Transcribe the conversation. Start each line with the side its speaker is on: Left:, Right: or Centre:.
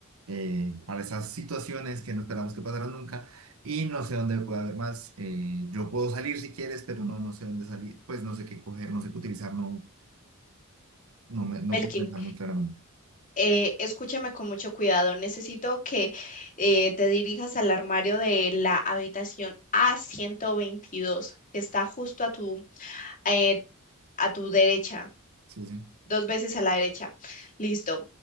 Right: eh, para esas situaciones que no esperamos que pasaran nunca y no sé dónde puede haber más. Eh, yo puedo salir si quieres, pero no, no sé dónde salir, pues no sé qué coger, no sé qué utilizar, no, no, me, no
Left: Melkin,
Right: puedo pensar muy claramente.
Left: eh, escúchame con mucho cuidado. Necesito que eh, te dirijas al armario de la habitación A122, que está justo a tu, eh, a tu derecha.
Right: Sí, sí.
Left: Dos veces a la derecha. Listo.